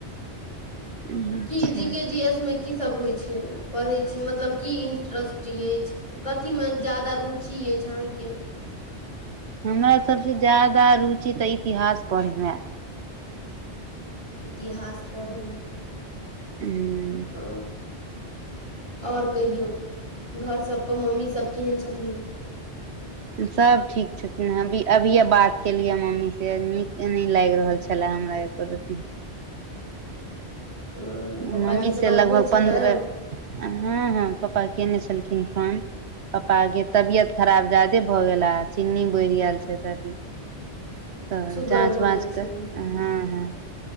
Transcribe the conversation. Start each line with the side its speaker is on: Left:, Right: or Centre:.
Right: अहाँ अच्छा
Left: की जी के जी एस मे की सब होइ छै पढ़ै छी मतलब की इंट्रेस्ट अछि कथीमे ज्यादा रुचि अछि अहाँके
Right: हमरा सबसे ज्यादा रुचि तऽ इतिहास पढ़ेमे
Left: इतिहास पढ़यमे
Right: ए
Left: आ और कहियौ घर सबपर मम्मी सब केहन छथिन
Right: सभ ठीक छथिन अभी अभिये बात केलियै मम्मी से नीक नहि लाग रहल छलए हमरा एको रती
Left: ह
Right: मम्मी
Left: पप्पाजी
Right: से
Left: बात
Right: लगभग
Left: भेल छलए
Right: पन्द्रह हँ हँ पप्पा केयने छलखिन फोन पप्पा आर के तबियत खराब ज्यादे भऽ गेला चीन्नी बैढ गेल छै तभी तऽ
Left: सुगर
Right: जाँच
Left: भऽ
Right: वाच
Left: गेल छनि
Right: क हँ हॅं